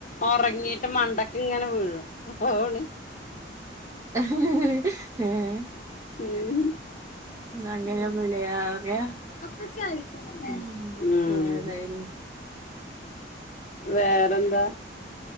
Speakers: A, on the left (about 40°); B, on the right (about 15°).
A: ഒറങ്ങീട്ട് മണ്ടക്ക്ങ്ങനെ വീഴും ഫോണ്
B: <unintelligible>
A: ഉം <unintelligible>
B: അങ്ങനെയൊന്നുല്ലേ പറയാ ഉം ഏതായാലും
A: വേറെന്താ